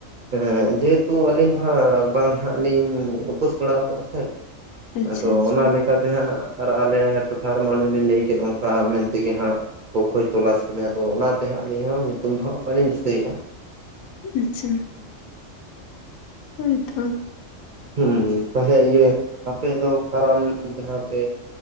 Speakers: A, on the right; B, on the left.
A: ᱦᱮᱸ ᱡᱮᱦᱮᱛᱩ ᱟᱹᱞᱤᱧ ᱫᱚ ᱦᱟᱜ ᱵᱟᱝ ᱦᱟᱜ ᱞᱤᱧ ᱩᱯᱟᱹᱥ ᱵᱟᱲᱟ ᱟᱠᱟᱫᱟ ᱥᱮ᱾
B: ᱟᱪᱪᱷᱟ
A: ᱟᱫᱚ
B: ᱟᱪᱪᱷᱟ
A: ᱚᱱᱟ ᱞᱮ ᱞᱮᱠᱟᱛᱮ ᱦᱟᱸᱜ ᱟᱨ ᱟᱞᱮ ᱴᱚᱴᱷᱟ ᱨᱮᱢᱟ ᱚᱱᱮ ᱞᱤᱧ ᱞᱟᱹᱭ ᱠᱮᱫ ᱚᱱᱠᱟ ᱢᱮᱱᱛᱮᱜᱮ ᱦᱟᱸᱜ ᱠᱚ ᱠᱷᱚᱡᱽ ᱛᱚᱞᱟᱥ ᱠᱤᱱᱟᱹ᱾ᱟᱫᱚ ᱚᱱᱟ ᱛᱮ ᱦᱟᱸᱜ ᱟᱹᱞᱤᱧ ᱦᱚᱸ ᱧᱩᱛᱩᱢ ᱫᱚ ᱦᱟᱸᱜ ᱵᱟᱹᱞᱤᱧ ᱫᱤᱥᱟᱹᱭᱮᱫᱼᱟ᱾
B: ᱟᱪᱪᱷᱟ᱾ ᱦᱳᱭ ᱛᱚ᱾
A: ᱦᱩᱸ ᱛᱟᱞᱦᱮ ᱤᱭᱟᱹ ᱟᱯᱮ ᱫᱚ ᱠᱟᱨᱟᱢ ᱡᱟᱦᱟᱸ ᱯᱮ